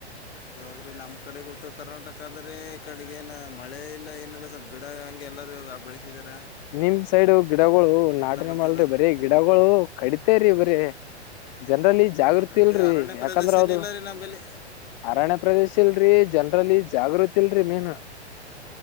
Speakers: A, on the left; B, on the left.
A: ಆದ್ರೆ ನಮ್ ಕಡೆ ಉತ್ತರ ಕರ್ನಾಟಕ ಆದ್ರೆ ಈ ಕಡೆಗನ ಮಳೆ ಇಲ್ಲ ಏನಲ್ಲ ಸ್ವಲ್ಪ್ ಗಿಡ ಹಂಗೆ ಎಲ್ಲಾರೂ ಬಳಸಿದಾರ
B: ನಿಮ್ ಸೈಡು ಗಿಡಗಳು ನಾಟನೆ
A: ಬರ್ತದ
B: ಮಾಡಲ್ರಿ ಬರೀ ಗಿಡಗಳು ಕಡ ರಿ ಬ್ರೀ ಜನರಲಿ ಜಾಗೃತಿ
A: ಕಡಿತ
B: ಇಲ್ರರಿ
A: ಅರಣ್ಯ ಪ್ರದೇಶ
B: ಯಾಕಂದ್ರ
A: ಏನಿಲ್ಲ
B: ಹೌದು
A: ರೀ ನಮ್ಮಲ್ಲಿ
B: ಅರಣ್ಯ ಪ್ರದೇಶ ಇಲ್ರರಿ ಜನ್ ಅ್ರಲ್ಲಿ ಜಾಗೃತಿ ಇಲ್ರರಿ ಮೇನ್